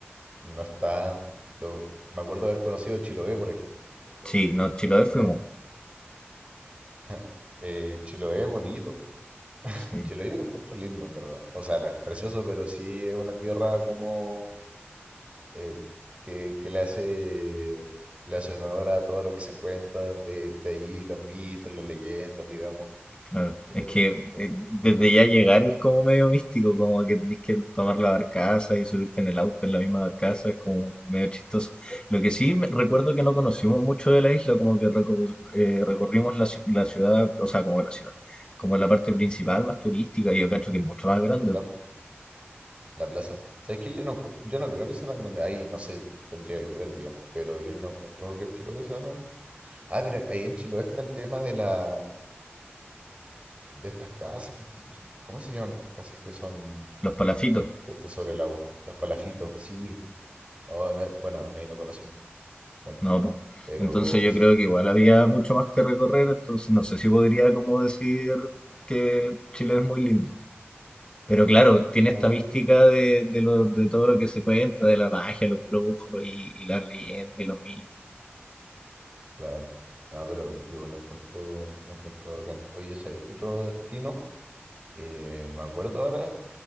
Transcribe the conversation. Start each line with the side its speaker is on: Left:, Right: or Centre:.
Right: no es tanto. Lo- me acuerdo de haber conocido Chiloé, por ejemplo.
Left: sí, no, Chiloé fuimos.
Right: ¿Ya? <laughs> Eh, Chiloé es bonito.
Left: Sí.
Right: Chiloé yo lo encuentro lindo, en verdad. O sea, no es precioso, pero sí es una tierra como eh, que, que le hace, le hace honor a todo lo que se cuenta de, de ahí, los mitos, las leyendas, digamos.
Left: Claro,
Right: Eh,
Left: es que
Right: lo,
Left: eh,
Right: encu-
Left: desde
Right: lo
Left: ya llegar es como medio místico, como que tenés que tomar la barcaza y subirte en el auto en la misma barcaza, es como medio chistoso. Lo que sí me- recuerdo que no conocimos mucho de la isla, como que reco- eh, recorrimos la, ci- la ciudad, o sea, como la ciudad, como la parte principal más turística, y yo cacho que es mucho más grande,
Right: encuentro- La plaza. ¿Sabes qué? Yo no, encuent- yo no creo que sea tan grande. Ahí, no sé, t- tendría que ver, digamos, pero yo no encuentro que Chiloé sea tan... Ah, pero ahí en Chiloé está el tema de la... de estas casas que son- ¿Cómo se llaman estas casas que son...
Left: los palafitos,
Right: que están sobre el agua? Los palafitos, sí. Oh, no, bueno, ahí no conocimos, claro.
Left: ¿no? po.
Right: Pero...
Left: Entonces yo
Right: sí,
Left: creo que igual había mucho más que recorrer, entonces no sé si podría como decir que Chile es muy lindo. Pero claro, tiene
Right: No,
Left: esta mística
Right: yo lo-
Left: de, de, lo- de todo lo que se cuenta, de la magia, los brujos y, y las leyendas y los mitos.
Right: Claro. No, pero yo lo encuentro... lo encuentro bacán. Oye, ¿sabéis qué otro destino? Eh, me acuerdo ahora